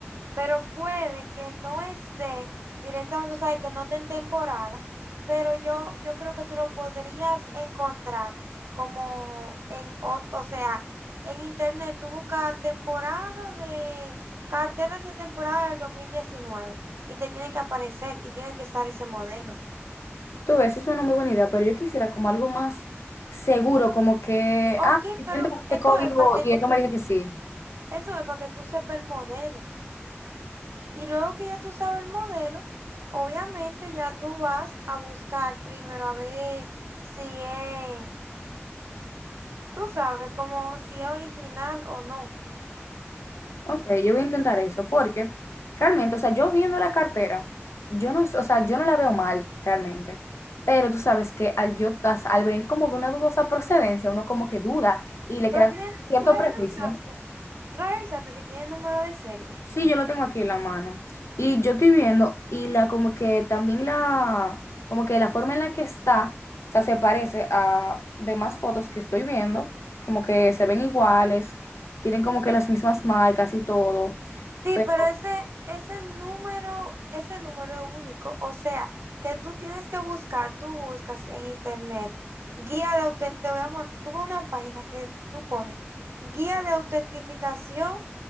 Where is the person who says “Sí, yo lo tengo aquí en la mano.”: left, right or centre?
Left